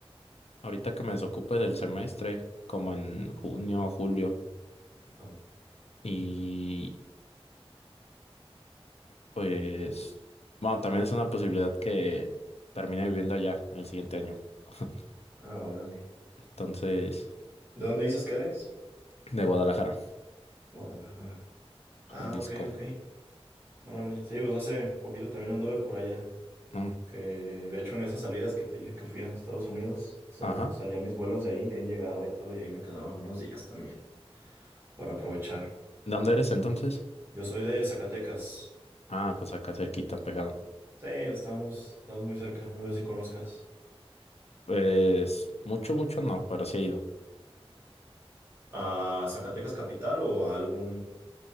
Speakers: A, on the left; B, on the right.
A: Ahorita que me desocupe del semestre, como en junio o julio,
B: Ah,
A: y pues, bueno, también es una posibilidad que termine viviendo allá el siguiente año. <laughs>
B: ah, órale.
A: Entonces,
B: ¿De dónde dices que eres?
A: de Guadalajara,
B: Guadalajara. Ah,
A: Jalisco.
B: ok, ok. Órale. Sí, pues hace poquito también anduve por allá.
A: Mm,
B: Que de hecho en esas salidas que te dije que fui a Estados Unidos, sal-
A: Ajá.
B: salían mis vuelos de ahí y ahí llegaba y todo, y ahí me quedaba unos días también para aprovechar.
A: ¿De dónde eres entonces?
B: Yo soy de Zacatecas.
A: Ah, pues acá cerquita, pegado.
B: Sí, estamos, estamos muy cerca, no sé si conozcas.
A: Pues mucho, mucho no, pero sí he ido.
B: ¿A Zacatecas capital o a algún,